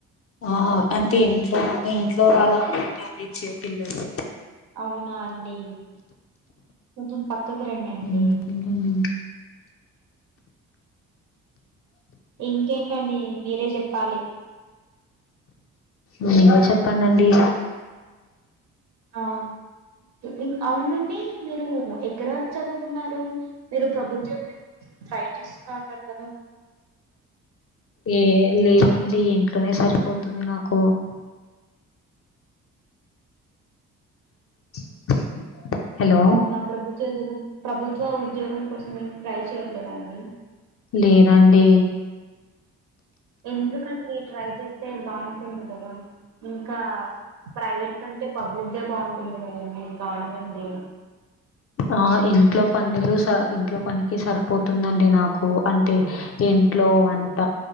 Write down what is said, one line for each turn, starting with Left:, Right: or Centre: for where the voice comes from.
Left: ఆహా అంటే ఇంట్లో ఇంట్లో వాళ్ళ <unintelligible> పిల్లలు
Right: అవునా అండి కొంచం పక్క క్కకు రండండి
Left: మరి ఇంకేంటండి
Right: ఇంకేంటండి మీరే చెప్ ప్పాలి
Left: మీరే చెప్పండండి
Right: ఆ ఇం అవునండి మీరు ఎక్కడ వరకు చదువుకున్నారు మీరు ప్రభుత్వ ఉద్యోగానికి ట్రై చేస్తున్నా అన్నరు కదా
Left: ఏ లేదండి ఇంట్లోనే సరిపోతుంది నాకు
Right: <inaudible>
Left: <inaudible> హలో
Right: అవునా ప్రభుత్ ప్రభుత్వ ఉద్యోగం కోసం ఏం ట్రై చేయట్లేదా అండి
Left: లేదండి
Right: ఎందుకండి ట్రై చేస్తే బాగుంటుంది కదా. ఇంకా ప్రైవేట్ కంటే పబ్లిక్ దే బాగుంటుంది కదండి గవర్నమెంట్ ది.
Left: ఆ ఇంట్లో పనులు స ఇంట్లో పనికి సరిపోతుందండి నాకు. అంటే ఇంట్లో వంట